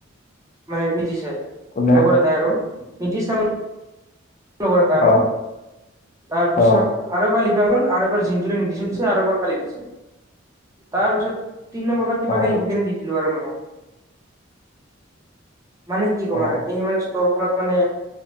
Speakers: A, on the right; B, on the left.
A: মানে, নিতিশে,
B: কোনে
A: লগৰ এটাই আৰু নিতিশ তাৰমানে লগৰ এটা
B: অ
A: আৰু তাৰপিছত
B: অ
A: আৰু এবাৰ লি হৈ গ'ল আৰু এবাৰ জিনটোৰে নিতিশক দিছে আৰু এবাৰ ফালি দিছে। তাৰ পিছত তিন নম্বৰ পৰা কিবাকে
B: অ
A: লিখিকিনে দি দিলোঁ আৰু মেমক। মানে, কি ক'ম
B: অ
A: আৰু এই মানে, স্তৰখনত মানে,